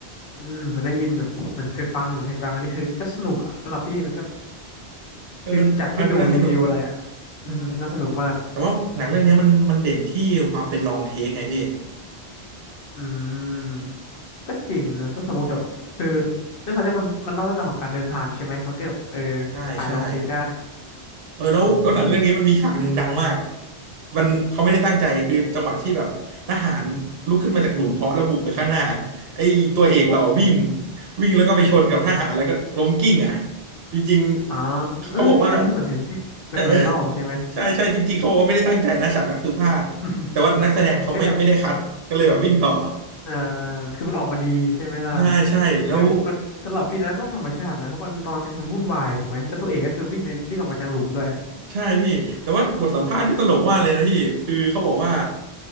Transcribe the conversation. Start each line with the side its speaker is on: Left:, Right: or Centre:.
Left: อืมมันได้ยินแบบเหมือนเคยฟังเหมือนเคยฟังอันนี้คือก็สนุกอ่ะสำหรับพี่มันก็
Right: เออมันฟังดูน่าสนุก
Left: คือจากที่ดูรีวิวอะไรอ่ะอืมน่าสนุกมาก
Right: อืมแต่ว่าหนังเรื่องเนี้ยมันมันเด่นที่ความเป็นลองเทคไงพี่
Left: อืมก็จริงนะถ้าสมมติแบบคือเรื่องเขาจะมันมันเล่าเรื่องราวของการเดินทางใช่ไหมมันก็แบบเออ
Right: ใช่ใช่
Left: ถ่ายลองเทคได้
Right: เออแล้วแล้วหนังเรื่องนี้มันมีฉากหนึ่งดังมาก
Left: อืม
Right: มันเขาไม่ได้ตั้งใจคือจังหวะที่แบบทหารลุกขึ้นมาจากหลุมเพาะแล้วบุกไปข้างหน้าไอ้ตัวเอกเราอะวิ่งวิ่งแล้วก็ไปชนกับทหารแล้วก็ล้มกิ้งอ่ะจริงๆเขาบอกว่า
Left: อ๋อเอ้ยอันนี้เหมือนเห็นที่เป็นไวรัลใช่ไหม
Right: เออ <laughs> ใช่ใช่จริงๆเขาบอกว่าไม่ได้ตั้งใจนะฉากนั้นคือพลาดแต่ว่านักแสดงเขาไม่ไม่ได้คัดก็เลยแบบวิ่งต่อ
Left: <laughs> เอ้ยแต่ อ่าคือมันออกมาดีใช่ไหมล่ะ
Right: ใช่ใช่แล้ว
Left: เออมันสำหรับพี่นะก็ธรรมชาตินะ เพราะมันตอนนั้นคือมันวุ่นวายถูกไหม แล้วตัวเอกก็คือวิ่งในวิ่งออกมาจากหลุมด้วย
Right: ใช่พี่แต่ว่าบทสัมภาษณ์ที่ตลกมากเลยนะพี่คือเขาบอกว่า